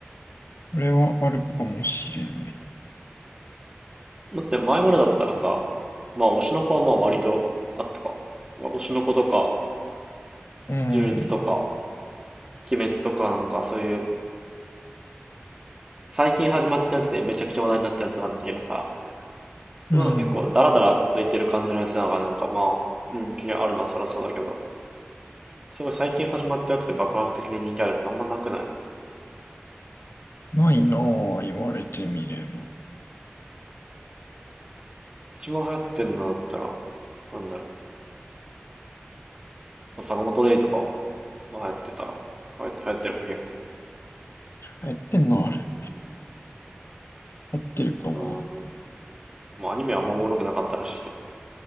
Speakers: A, on the left; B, on the right.
A: これはあるかもしれない。
B: だって前までだったらさ、まあ推しの子はまあ割とあったか。推しの子とか、
A: うん。
B: 呪術とか、鬼滅とかなんかそういう、最近始まったやつでめちゃくちゃ話題になったやつがあったけどさ、
A: うん。
B: まあ結構ダラダラついてる感じのやつだからなんかまあ、うん、気にあるのはそりゃそうだけど、すごい最近始まったやつで爆発的に人気あるやつあんまなくない
A: ないなぁ、言われてみれば。
B: 一番流行ってんのだったら、なんだろう、坂本デイズか。まあ流行ってたら。流行って、流行ってるか結構。
A: やってんのあれ。やってるかも。
B: うん。まあアニメはあんまおもろくなかったらしいけど。